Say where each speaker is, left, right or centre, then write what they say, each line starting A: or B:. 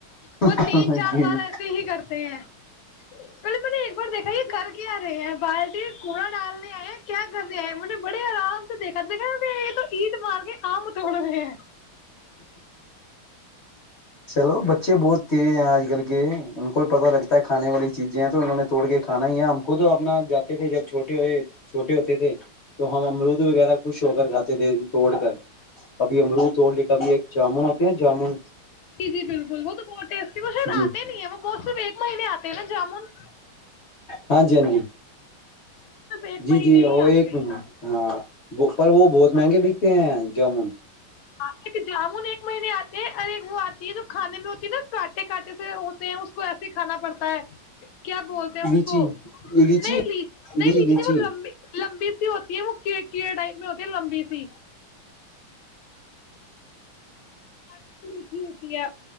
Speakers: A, on the left; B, on the left.
A: وہ
B: ہیں
A: تین چار
B: جی
A: بار ایسے ہی کرتے ہیں پہلے میں نے ایک بار دیکھا یہ کرل کی آ رہے ہیں بالٹیین کوڑا ڈالنے آئے کیا کرنے آئے م نے بڑے آرام سے دیکھا دیکھا یہ تو عید مار کے آم توڑ گے
B: چلو ب بچے بہت تیز ہیں آج کل کے ان کو ہی پت لگتا ہے کھانے والی چیزیں ہیں تو انہوں نے توڑ کے کھانا ہی ہے ہم خود اپنا جاتے تھے جب چھوٹے ہو چھوٹے ہوتے تھے تو ہم امرود وغیرہ خوش ہو کر کھاتے تھے توڑ کر کبھی امرود س کا بھی ایک جامن ہوتے نا جامن
A: جی جی بالکل وہ تو بہت ٹیسٹی ہے وہ شاید
B: جی
A: آتے نہیں ہے وہ مسف ایک مہینے آتے نا جمن
B: ہاں جی ہاں جی
A: ایک
B: جی
A: مہینے
B: جی
A: ہی
B: وہ
A: آتے
B: ایک مہین
A: ہیں
B: ہاں پر وہ بہت مہنگے بکتے ہیں جامن
A: آ جامن ایک مہینے آتے ہیں ار وہ آتی ہے جو کھانے میں ہوتی ہے نا کانٹے کانٹے سے ہوتے ہیں اس کو ایسے ہی کھانا پڑتا ہے کیا بولتے ہیں اس
B: لیچی
A: کو
B: لیچی
A: نہیںچ نہیں لیچ
B: لیچی
A: وہ لمبی لمبی ہوتی ہے وہ کی ٹائپ میں ہوتی ہے لمبی سی ہ میٹھی ہوتی ہے